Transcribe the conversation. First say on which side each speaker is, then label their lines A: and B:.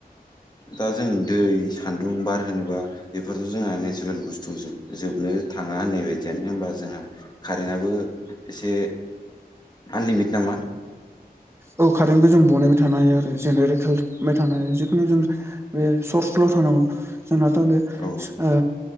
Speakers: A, on the left; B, on the right.
A: दा जों दै सान्दुं बार होनोबा बेफोरथ' जोंहा नेचारेल बुस्थु जो जोबो नो थाङा होननाय बायदियानो होमबा जोंहा कारेन्टआबो एसे आनलिमित नामा?
B: औ खारेन्टखौ जों बनायबाय थाना हायो आरो जेनेरिक हेल थानाय जिखुनु जों बे सर्सल' थानांगौ जोंनाथ' बे
A: औ
B: ओ